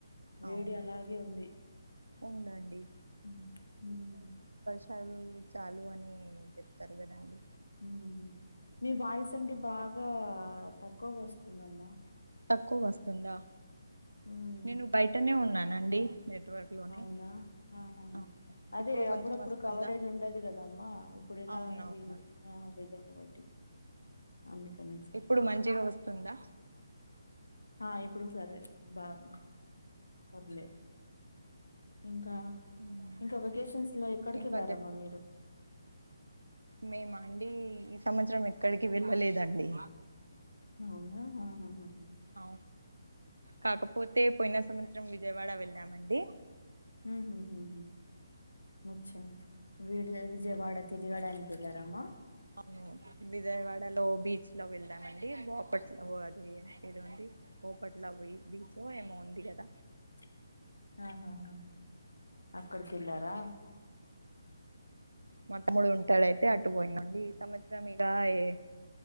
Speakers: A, on the left (about 80°); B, on the right (about 80°).
A: వేడి
B: అవును
A: అలాగే ఉంది
B: ఉందండి
A: మ్ మ్
B: చాలు చాలు అని చెప్తారు కదా అండి
A: ఊహు మీ వాయిస్ అండి బాగా తక్కువగా వస్తుందమ్మా
B: తక్కువ వస్తుందా
A: ఉమ్,
B: నేను బయటనే ఉన్నానండి నెట్వర్క్ లోనే
A: అవునా ఆహా
B: ఆ,
A: అదే
B: ఇప్పుడు
A: అప్పుడప్పుడు
B: కొంచెం వస్తుందా
A: కవరేజ్ ఉండదు కదమ్మా ఇప్పుడు ఇలా
B: అవునవును
A: ఇది ఆ వెదర్ ని బట్టి అందుకనేసి
B: ఇప్పుడు మంచిగా వస్తుందా
A: ఆ అయి ఇప్పుడు నుంచి అదే బాగుంది పర్లేదు ఇంకా
B: ఉమ్.
A: ఇంకా వెకేషన్స్ లో ఎక్కడికి
B: ఇంకా
A: వెళ్ళారమ్మా మీరు
B: మేము అండి ఈ సంవత్సరం ఎక్కడికి వెళ్ళలేదండి
A: అవునా అహ హ హ
B: అ కాకపోతే పోయినా సంవత్సరం విజయవాడ వెళ్ళామండి
A: మ్ హు హు అచ్చా విీడి విజయవాడ తిరగడానికి వెళ్లారమ్మా
B: అవును విజయవాడ లో బీచ్ లో వెళ్దామండి బోప్పట్లో అది ఇది ఉంది పోో పట్లా పోయి బీచ్ ఒ ఏమొ ఉంది కద
A: <inaudible> ఆహా హ అక్కడికేల్లారా
B: మా తమ్ముడు ఉంటాడైతే అటు
A: ఉహుహు
B: పోయిన అండి ఈ సంవత్సరం ఇగ ఏ